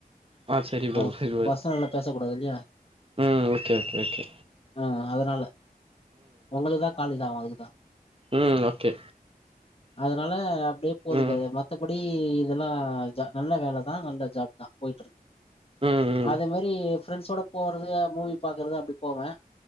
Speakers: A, on the right; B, on the left.
A: ஆ சரி ப்ரோ
B: அ
A: சரி ப்ரோ
B: பர்சனல்ல பேச கூடாது இல்லயா
A: ம் ஓகே ஓகே ஓகே
B: ஆ அதனால உங்களுக்குதா கால் இதா ஆகும் அதுக்குதா
A: உம் ஓகே
B: அதனால அப்டியே போதுபாரு
A: ம்
B: மத்தபடி இதெல்லா நல்ல வேலதா நல்ல ஜாப் தா போயிட்டு
A: ம் ம்
B: அதே மாதிரி ப்ரெண்ட்ஸோட போறது மூவி பாக்றது அப்படி போவே